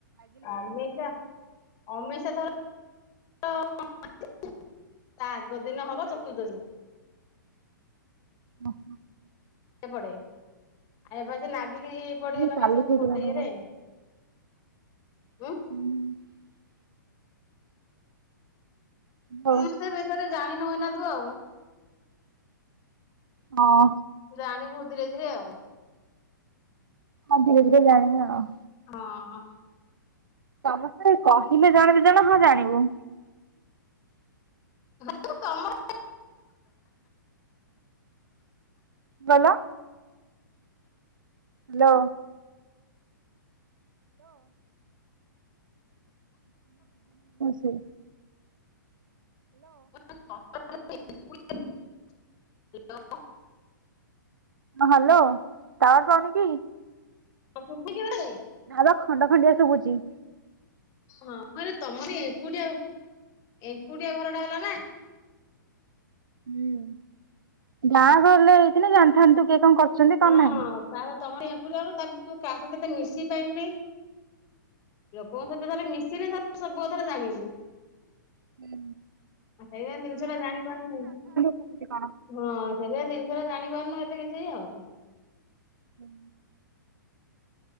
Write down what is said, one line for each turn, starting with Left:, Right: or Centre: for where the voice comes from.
Left: ଅମେଇସା ଅମେଇସା ଧର <unintelligible> ତା ଆଗ ଦିନ ହବ ଚତୁର୍ଦ୍ଦଶୀ।
Right: ଓହ।
Left: ପଡେ ଆଉ ଏବେ ସେ ନାଗିକି ପଡିଗଲା
Right: କାଲି
Left: ନା ସବୁ
Right: ହେଇଥିଲା
Left: ଗୋଟେ
Right: ମୋର।
Left: ଇଏରେ।
Right: ହୁଁ।
Left: ଉଁ
Right: ହଉ
Left: ହଁ ସେ ବିଷୟରେ ଜାଣିନୁ ଏଇନା ତୁ ଆଉ।
Right: ହଁ।
Left: ଜାଣିବୁ ଧୀରେ ଧୀରେ ଆଉ।
Right: ହମ୍ ଧୀରେ ଧୀରେ ଜାଣିବା ଅଉ।
Left: ହଁ।
Right: ତମସ୍ତେ କହିଲେ ଜଣେ ଦିଜଣ ହଁ ଜାଣିବୁ
Left: ହଁ ତମର
Right: କହିଲ? ହେଲୋ। ହ।
Left: ହ୍ୟାଲୋ।
Right: ହ ହ୍ୟାଲୋ ଟାୱାର ପାଉନିକି?
Left: ଶୁଭୁଚି କି ନାହିଁ?
Right: ନା ବା ଖଣ୍ଡ ଖଣ୍ଡିଆ ଶୁଭୁଚି।
Left: ହଁ ମୁଁ କହିଲି ତମରି ଏକୁଟିଆ ଏକୁଟିଆ ଘର ଟା ହେଲା ନା।
Right: ହୁଁ ଗାଁ ଘରଲେ ହେଇଥିଲେ ଜାଣିଥାନ୍ତୁ କିଏ କଣ କରିଛନ୍ତି
Left: ହଁ
Right: କଣ ନାହିଁ।
Left: ତାପରେ ତମର ଏକୂଟିଆ ତାପ ତୁ କାହା ସହିତ ଏତେ ମିଶି ପାଇଲୁନି। ଲୋକଙ୍କ ସହିତ ଥରେ ମିଶିନେ ଥରେ ସବୁ କଥ ଟା ଜାଣିବୁ।
Right: ହୁଁ।
Left: ସେଇ ପାଇଁ ଜିନିଷ ଟା ଜାଣିିପାରୁନୁ।
Right: କେମିତି କଣ।
Left: ହଁ ସେଇ ପା ଜି ଏ ଜାଣିପାରୁନୁ ଏତେ କିଛି ଆଉ।
Right: ହୁଁ।